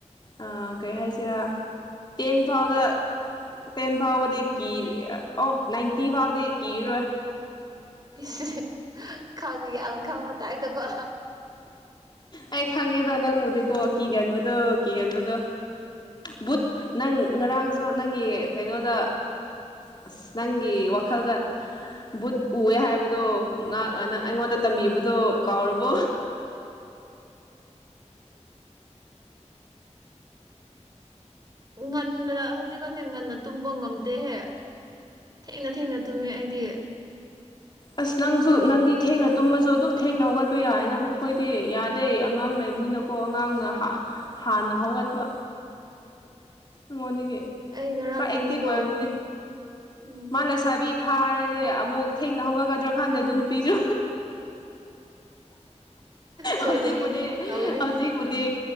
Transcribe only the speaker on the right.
ꯏꯁ ꯏꯁ ꯈꯥꯎ ꯌꯥꯝ ꯈꯪꯕ ꯇꯥꯏꯞꯇꯀꯣ
ꯉꯟꯅ ꯍꯧꯖꯤꯛꯀꯥꯟꯁꯦ ꯉꯟꯅ ꯇꯨꯝꯕ ꯉꯝꯗꯦꯍꯦ ꯊꯦꯡꯅ ꯊꯦꯡꯅ ꯇꯨꯝꯃꯦ ꯑꯩꯗꯤ
ꯑꯩ ꯉꯔꯥꯡ
ꯇꯨꯝꯕꯗꯣ
ꯎꯝ
ꯁꯣꯏꯗꯕꯤꯅꯦ
ꯇꯧꯅꯤ